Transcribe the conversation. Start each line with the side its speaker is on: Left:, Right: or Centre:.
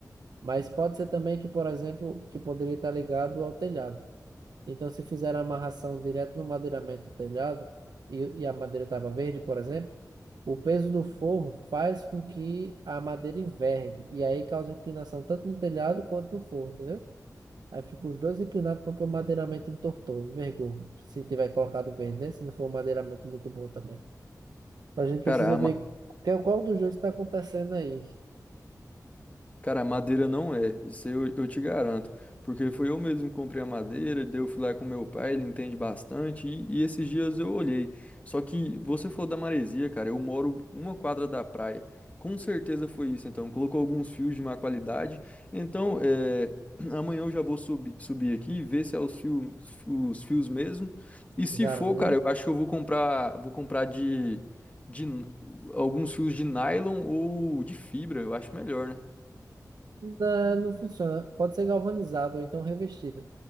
Right: Mas pode ser também que, por exemplo, que poderia estar ligado ao telhado. Então, se fizeram a amarração direto no madeiramento do telhado, e, e a madeira estava verde, por exemplo, o peso do forro faz com que a madeira envergue, e aí causa inclinação tanto no telhado quanto no forro, entendeu? Aí ficam os dois inclinados porque o madeiramento entortou, envergou. Se tiver colocado verde, né? Se não for um madeiramento muito bom também. Então, a gente precisa
Left: Cara, a,
Right: ver
Left: ma-
Right: qual, qual dos dois está acontecendo aí,
Left: Cara, madeira não é, isso eu, eu te garanto. Porque foi eu mesmo que comprei a madeira, daí eu fui lá com meu pai, ele entende bastante, e, e esses dias eu olhei. Só que você falou da maresia, cara, eu moro uma quadra da praia. Com certeza foi isso, então. Colocou alguns fios de má qualidade. Então, é, <clears throat> amanhã eu já vou subi- subir aqui e ver se é os fios, os fios mesmo. E se
Right: os arames,
Left: for, cara,
Right: né?
Left: eu acho que eu vou comprar, vou comprar de, de n- alguns fios de nylon ou de fibra, eu acho melhor, né?
Right: Não, não funciona. Pode ser galvanizado ou então revestido.